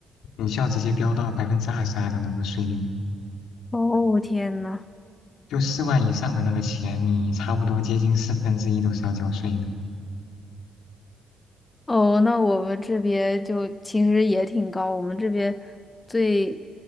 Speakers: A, on the left; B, on the left.
A: 你就要直接飙到百分之二十二的那个税率。
B: 哦，天呐。
A: 就四万以上的那个钱，你差不多接近四分之一都是要交税的。
B: 哦，那我们这边就其实也挺高，我们这边最